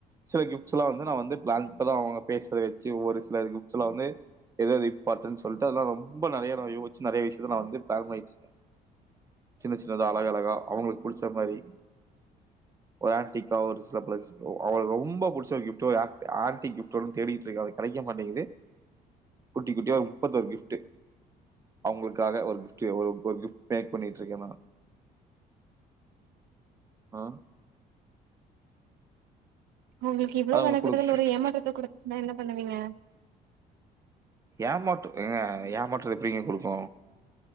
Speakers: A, on the right; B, on the right.
A: சில கிஃப்ட்ஸ்லா வந்து நா வந்து ப்ளேங்க் ஆ அவங்க பேசறத வச்சு ஒரு சில கிஃப்ட்ஸ் எல்லா வந்து எது எது இம்பார்டன்ட் சொல்ட்டு அதெல்லா ரொம்ப நெறைய நா யோசிச்சு நெறைய விஷய இது நா வந்து பிளான் பண்ணிட்டு இருக்கே சின்ன சின்னதா அழகழகா அவுங்குளுக்கு புடிச்ச மாரி ஒரு ஆண்ட்டி கா ஒரு சில ப அவங்குளுக்கு ரொம்ப புடிச்ச ஒரு கிஃப்ட் ஆன்டி ஆன்டிக் கிஃப்ட் ஒன்னு தேடிட்டு இருக்கே அது கெடைக்க மாட்டேங்குது குட்டி குட்டியா ஒரு முப்பத்தொரு கிஃப்ட் அவுங்களுக்கு க்காக ஒரு கிஃப்ட் ஒரு கிஃப்ட் பேக் பண்ணிட்டு இருக்கே நா ஆ
B: உங்களுக்கு இவளோ
A: அது அவங்களுக்கு
B: மென கெடுதல்
A: குடுக்
B: ஒரு ஏமாற்றத்த குடுத்துச்சுன்னா என்ன பண்ணுவீங்க
A: ஏமாற்ற ஏங்க ஏமாற்றத்த எப்புடிங்க குடுக்கு